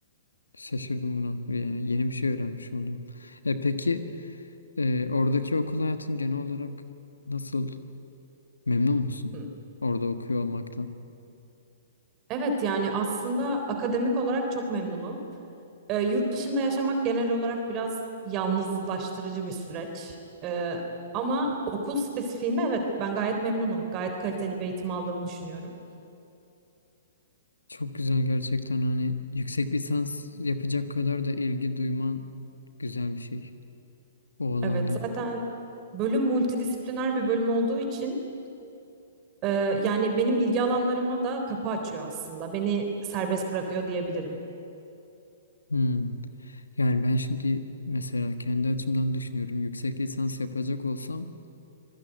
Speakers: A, on the left (about 90°); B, on the right (about 35°).
A: Şaşırdım buna. Yani yeni bir şey öğrenmiş oldum. E peki e, oradaki okul hayatın genel olarak nasıl? Memnun musun
B: Hı.
A: orada okuyor olmaktan?
B: Evet yani aslında akademik olarak çok memnunum. Ee, yurt dışında yaşamak genel olarak biraz yalnızlaştırıcı bir süreç. Ee, ama okul spesifiğinde evet ben gayet memnunum. Gayet kaliteli bir eğitim aldığımı düşünüyorum.
A: Çok güzel gerçekten hani yüksek lisans yapacak kadar da ilgi duyman güzel bir şey o alanda.
B: Evet, zaten bölüm multidisipliner bir bölüm olduğu için e, yani benim ilgi alanlarıma da kapı açıyor aslında. Beni serbest bırakıyor diyebilirim.
A: Hmm. Yani ben şimdi mesela kendi açımdan düşünüyorum. Yüksek lisans yapacak olsam